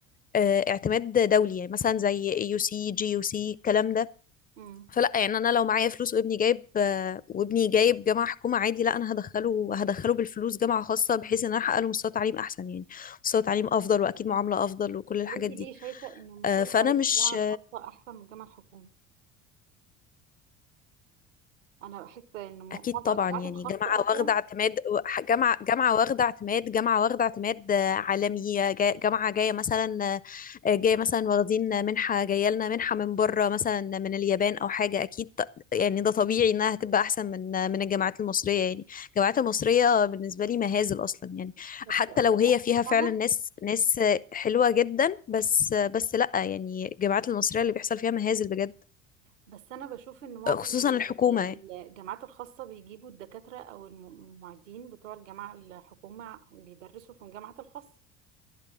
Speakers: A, on the left (about 25°); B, on the right (about 75°).
A: آه، اعتماد دولي يعني مثلا زي يو سي جي يو سي الكلام ده
B: مم.
A: فلا يعني أنا لو معايا فلوس وابني جايب آه، وابني جايب جامعة حكومة عادي لا أنا هدخله هدخله بالفلوس جامعة خاصة بحيث إن أنا أحقق له مستوى تعليم أحسن يعني مستوى تعليم أفضل وأكيد معاملة أفضل وكل الحاجات
B: هو انت ليه
A: دي
B: شايفه ان مستوى
A: آه، فأنا
B: التعليم
A: مش
B: في الجامعه الخاصه احسن من الجامعه الحكوميه انا بحس ان م- معظم
A: اكيد طبعا
B: الجامعات
A: يعني
B: الخاصه
A: جامعه
B: اصلا
A: واخده اعتماد ح- جامعه جامعه واخده اعتماد جامعه واخده اعتماد آه، عالمي آه، جا- جامعه جايه مثلا آه، جايه مثلا واخدين منحه جايه لنا منحه من بره مثلا من اليابان او حاجه اكيد ط- يعني ده طبيعي انها هتبقى احسن من آه، من الجامعات المصريه يعني الجامعات المصريه بالنسبه لي مهازل اصلا يعني
B: طب-
A: حتى لو
B: بس
A: هي فيها فعلا
B: انا
A: ناس ناس آه، حلوه جدا بس آه، بس لا يعني الجامعات المصريه اللي بيحصل فيها مهازل بجد
B: بس انا بشوف ان معظم
A: آه، خصوصا
B: ال-
A: الحكومه يعني.
B: الجامعات الخاصه بيجيبوا الدكاتره او الم- المعيدين بتوع الجامعه الحكومه بيدرسوا في الجامعات الخاصه